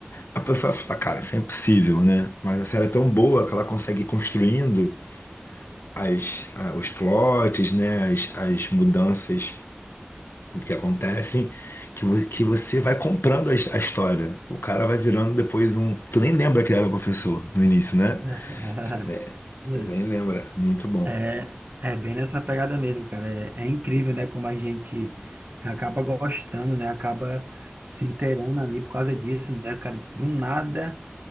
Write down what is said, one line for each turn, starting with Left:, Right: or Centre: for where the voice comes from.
Left: A pessoa fala, cara, isso é impossível, né? Mas a série é tão boa que ela consegue ir construindo as, ah, os plots, né? As, as mudanças o que acontece que, vo- que você vai comprando a, his- a história. O cara vai virando depois um. Tu nem lembra que ele era professor no início, né?
Right: <laughs>
Left: Você ne-
Right: isso mesmo.
Left: você nem lembra. Muito bom.
Right: é, é bem nessa pegada mesmo, cara. É, é incrível, né? Como a gente acaba gostando, né? Acaba se inteirando ali por causa disso, né, cara? Do nada.